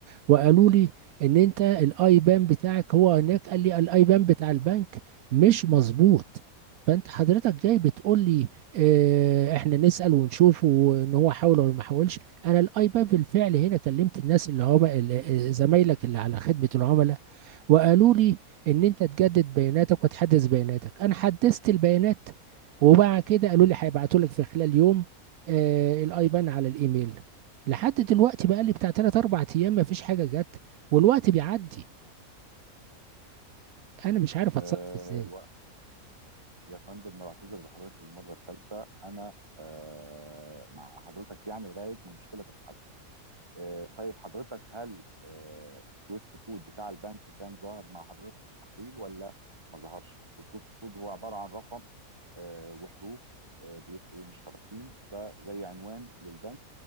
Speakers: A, on the right; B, on the right.
A: وقالوا لي ان انت الاي بان بتاعك هو هناك قال لي الاي بان بتاع البنك مش مظبوط فانت حضرتك جاي بتقول لي اه احنا نسأل ونشوف ان هو حاول ولا ما حاولش انا الاي بان بالفعل هنا كلمت الناس اللي هم ال- آه، زمايلك اللي على خدمة العملاء وقالوا لي ان انت تجدد بياناتك وتحدث بياناتك انا حدثت البيانات وبعد كده قالوا لي هيبعتوا لك في خلال يوم آه الايبان على الايميل لحد دلوقتي بقى لي بتاع 3 4 ايام ما فيش حاجه جت والوقت بيعدي انا مش عارف اتصرف
B: آه،
A: ازاي
B: الوقت يا فندم بعتذر لحضرتك المره الثالثه انا آه، مع حضرتك يعني لغايه ما المشكله تتحل آه، طيب حضرتك هل آه، السويفت كود بتاع البنك كان ظاهر مع حضرتك في التحويل ولا ما ظهرش والسويفت كود هو عبارة عن رقم آه، وحروف آه، بيبقوا مشتركين ده زي عنوان للبنك